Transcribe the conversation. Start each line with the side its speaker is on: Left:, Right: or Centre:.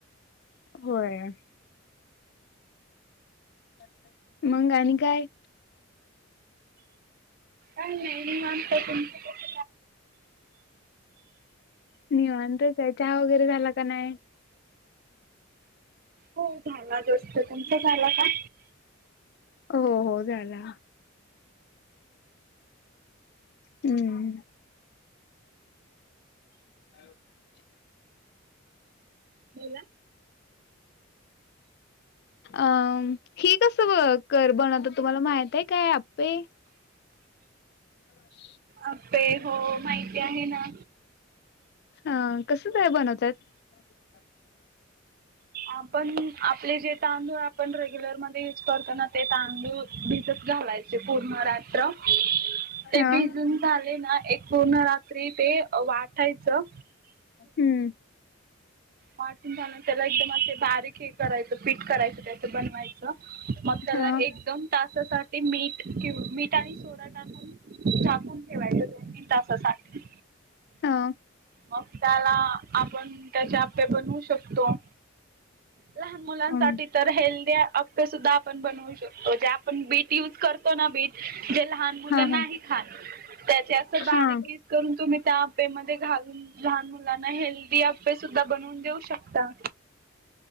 Left: होय. <inaudible> मंग आणि काय?
Right: अ नाही निवांत, तुमच काय?
Left: निवांतच आहे. चहा वगैरे झाला का नाय?
Right: हो झाला जस्ट. तुमचा झाला का?
Left: हो हो झाला. हम्म. <inaudible>
Right: बोला.
Left: अ ही कसं ब कर बनवता तुम्हाला माहितीये का आप्पे? <inaudible>
Right: आप्पे, हो माहिती आहे ना.
Left: ह कसं काय बनवतात? <inaudible>
Right: आपण, आपले जे तांदूळ आपण रेग्युलर म धे यूज करतो ना ते तांदूळ भिजत घालायचे पूर्ण रात्र ते
Left: हा.
Right: भिजून झाले ना एक पूर्ण रात्री ते वाटायचं.
Left: हम्म
Right: मार्टिनच्यानंतर <unintelligible> एकदम असे बारीक एक करायचं पीठ करायचं त्याच बनवायच मग त्याला
Left: हा.
Right: एकदम तासासाठी मीठ मीठ आणि सोडा टाकून ठेवायचे दोन तीन तासासाठी
Left: हा
Right: मग त्याला आपण त्याचे आपे बनवू शकतो लहान मुलांसाठी
Left: अम
Right: तर हेल्दी आप सुद्धा आपण बनवू शकतो जे आपण बीट युज करतो ना बीट जे लहान मु
Left: हा
Right: नाही
Left: हा
Right: ख त्या अस बारीकस
Left: हा.
Right: करून तुम्ही त्या ते म्हणजे म घालून लहान मुलांना हेल्दी आपे सुद्धा बनवून देऊ शकता